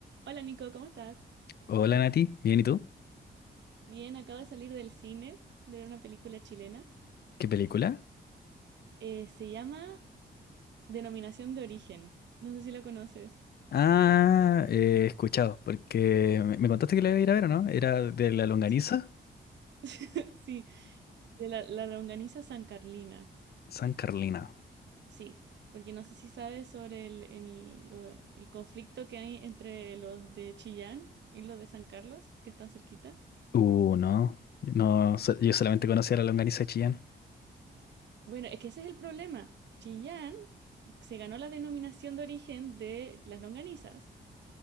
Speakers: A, on the right; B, on the left.
A: Hola Nico, ¿cómo estás?
B: Hola Nati, bien, ¿y tú?
A: Bien, acabo de salir del cine de ver una película chilena.
B: ¿Qué película?
A: Eh, se llama Denominación de Origen. No sé si la conoces.
B: Ah, eh, he escuchado, porque me, me contaste que la iba a ir a ver, ¿o ¿no? Era de la longaniza
A: Sí. <laughs> Sí, de la, la longaniza San Carlina.
B: San Carlina.
A: Sí, porque no sé si sabes sobre el, el lo- el conflicto que hay entre los de Chillán y los de San Carlos, que están cerquita.
B: Uh, no, no, so- yo solamente conocía la longaniza de Chillán.
A: Bueno, es que ese es el problema. Chillán se ganó la denominación de origen de las longanizas